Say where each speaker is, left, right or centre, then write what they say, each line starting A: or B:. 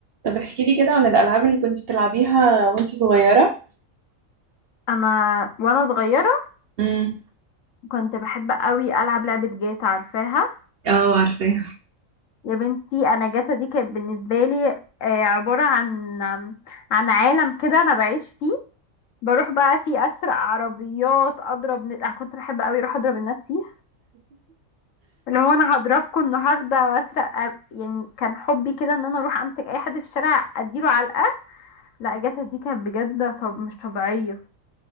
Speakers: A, on the right; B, on the left.
A: طب احكي لي كده عن الألعاب اللي كنت بتلعبيها وانتي صغيرة
B: انا وانا صغيره
A: امم
B: كنت بحب قوي العب لعبه جاتا عارفاها
A: اه عارفاه
B: يا بنتي انا جاتا دي كانت بالنسبه لي آه، عباره عن عن عالم كده انا بعيش فيه بروح بقى فيه اسرق عربيات اضرب ن... أنا كنت بحب قوي اروح اضرب الناس فيه اللي هو انا هضربكم النهارده واسرق أ- يعني كان حبي كده ان انا اروح امسك اي حد في الشارع اديله علقه لا جاتا دي كانت بجد طب مش طبيعيه